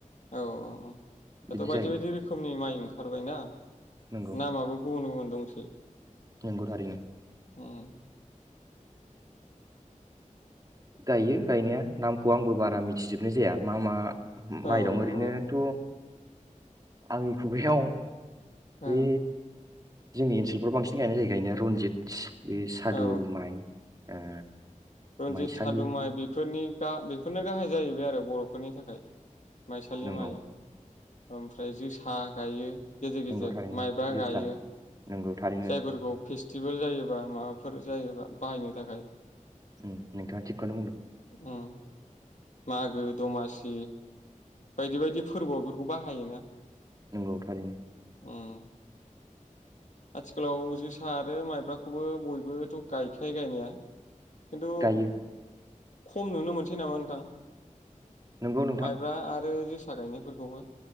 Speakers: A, on the left; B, on the right.
A: औ औ औ दाथ'
B: बिदि
A: बायदि
B: जायो
A: बायदि रोखोमनि माइ ओंखारबायना
B: नंगौ
A: नामाबो गुबुन गुबुन। दंसै।
B: नंगौ थारैनो।
A: उम।
B: गायो गायनाया नामखौ आंबो बारा मिथिजोबनाय जाया मा मा। माइ
A: औ
B: दं ओरैनोथ'।
A: औ
B: आंनि खुगायाव
A: ओ
B: बे। जोंनि ओनसोलफ्राव बांसिन गायनाय जायो गायनाया रनजित बे सादु
A: औ
B: माइ। ओ।
A: रनजित
B: माइसालि
A: सादुमाइ बेफोरनि बेफोरनो गाहाय जाहैबाय आरो बर' फोरनि थाखाय माइसालि
B: नंगौ
A: माइ ओमफ्राय जोसा गायो गेजेर गेजेर
B: नंगौ थारैनो
A: माइब्रा
B: जोसा
A: गायो
B: नंगौ थारैनो
A: जायफोरखौ फेस्टिभेल जायोबा माबाफोर <unintelligible> जायोबा बाहायनो थाखाय
B: उम नोंथाङा थिगखौनो बुंदों
A: ओम मागो दमासि उम बायदि बायदि फोरबो <unintelligible> बाहायोना
B: नंगौ थारैनो
A: उम आथिखालाव जोसा आरो माइब्रा खौबो बयबोथ गायखायो गायनाया खिन्थु
B: गायो
A: खम नुनो मोनसै नामा नोंथां
B: नंगौ नोंथां
A: माइब्रा आरो जोसा जोसा गायनायफोरखौबो